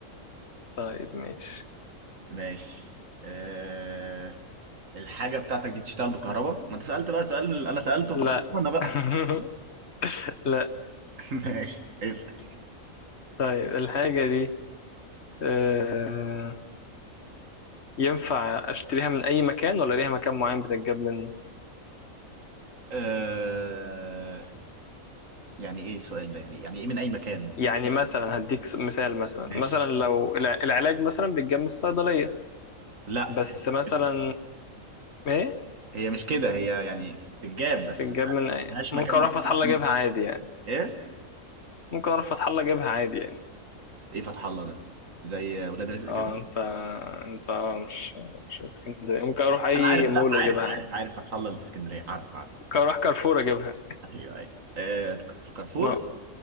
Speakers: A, on the left; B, on the right.
A: طيب ماشي
B: ماشي أه الحاجة بتاعتك دي تشتغل بكهرباء؟ ما انت سألت بقى سؤال من اللي انا سألته
A: لا
B: فخلاص انا بقى
A: <laughs> لا
B: <laughs> ماشي اسأل
A: طيب الحاجة دي آه، ينفع أشتريها من أي مكان ولا ليها مكان معين بتتجاب منه؟
B: آه... يعني ايه السؤال ده يعني يعني ايه من اي مكان؟
A: يعني مثلا هديك س- مثال مثلا
B: ماشي
A: مثلا لو الع- العلاج مثلا بيتجاب من الصيدلية
B: لا
A: بس مثلا
B: كده.
A: إيه؟
B: هي مش كده هي يعني تتجاب بس
A: بتتجاب من أي...
B: ملهاش
A: ممكن
B: مكان
A: أروح
B: مخصوص
A: فتح الله
B: ليها
A: أجيبها عادي يعني
B: ايه؟
A: ممكن أروح فتح الله أجيبها عادي يعني
B: ايه فتح الله ده؟ زي ولاد رزق
A: اه
B: كده؟
A: انت انت آه، مش مش اسكندرية ممكن أروح أي
B: انا عارف
A: مول
B: لا عارف
A: أجيبها
B: عارف
A: عادي
B: عارف فتح الله اللي في اسكندرية عارف عارف
A: ممكن أروح كارفور أجيبها
B: ايوه ايوه آه... كارفور
A: م...